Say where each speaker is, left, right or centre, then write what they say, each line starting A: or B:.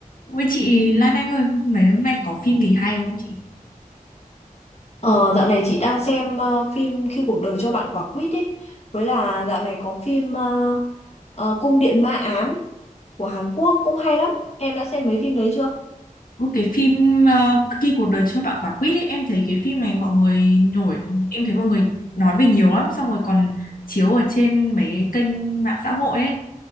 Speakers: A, on the left; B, on the left.
A: Ui chị Lan Anh ơi, mấy hôm nay có phim gì hay không chị?
B: Ờ, dạo này chị đang xem ờ, phim Khi cuộc đời cho bạn quả quýt ấy với là dạo này có phim ờ, ờ, Cung điện ma ám của Hàn Quốc cũng hay lắm em đã xem mấy phim đấy chưa?
A: Ui, cái phim ờ, Khi cuộc đời cho bạn quả quýt ấy, em thấy cái phim này mọi người nổi, em thấy mọi người nói về nhiều lắm, xong rồi còn chiếu ở trên mấy cái kênh mạng xã hội ấy,